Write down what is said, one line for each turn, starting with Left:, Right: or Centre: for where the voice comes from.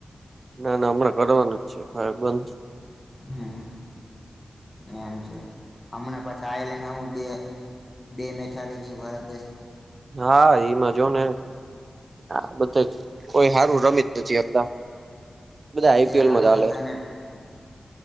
Right: ના ના હમણાં કરવાનું જ છે, ખ બંધ
Left: હમ એમ છે, હમણાં પછી આવેલા ને હું બે બે મેચ હારી ગઇ ભારત દેશ
Right: હા, એમાં જો ને આ બધે કોઈ સારું રમ એ બધા આઈપીએલ
Left: જે હારું
Right: મજા
Left: હતા
Right: લે
Left: એને